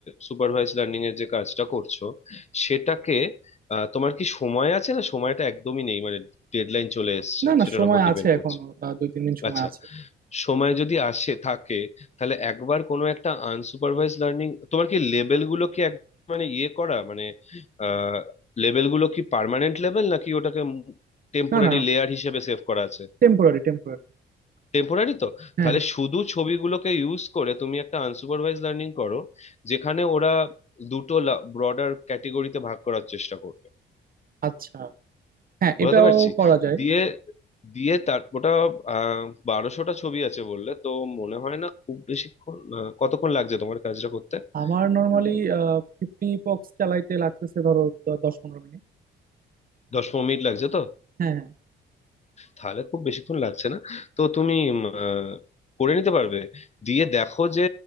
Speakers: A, on the left; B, on the right.
A: সুপারভাইজ লার্নিং এর যে কাজটা করছো সেটাকে আহ, তোমার কি সময় আছে না সময়টা একদমই নেই মানে ডেডলাইন চলে এসেছে
B: না না
A: সেটার
B: সময়
A: উপর ডিপেন্ড
B: আছে
A: করছে
B: এখন আহ, দুই তিন দিন সময়
A: আচ্ছা
B: আছে
A: সময় যদি আসে থাকে তাহলে একবার কোনো একটা আনসুপারভাইজ লার্নিং তোমার কি লেভেল গুলো কি এক মানে ইয়ে করা মানে আহ লেভেল গুলো কি পার্মানেন্ট লেভেল নাকি ওটাকে টেম্পোরারি
B: না না
A: লেয়ার হিসেবে সেভ করা আছে
B: টেম্পোরারি টেম্পোরারি
A: টেম্পোরারি তো
B: হ্যাঁ
A: তাহলে
B: হ্যাঁ,
A: শুধু ছবিগুলোকে ইউজ করে তুমি একটা আনসুপারভাইজ লার্নিং করো যেখানে ওরা দুটো ব্রডার ক্যাটেগরিতে ভাগ করার চেষ্টা করবে
B: আচ্ছা হ্যাঁ
A: বুঝতে
B: এটাও
A: পারছি
B: করা যায়
A: দিয়ে দিয়ে তার ওটা আহ বারোশোটা ছবি আছে বললে তো মনে হয় না খুব বেশিক্ষণ আহ, কতক্ষণ লাগছে তোমার কাজটা করতে
B: আমার নর্মালি
A: উম,
B: ফিফটি পক্স চালাইতে লাগতেছে ধরো দ- দশ পনেরো মিনিট
A: দশ পনেরো মিনিট লাগছে তো
B: হ্যাঁ হ্যাঁ
A: তাহলে খুব বেশিক্ষণ লাগছে না তো তুমি উম, আহ, করে নিতে পারবে দিয়ে দেখো যে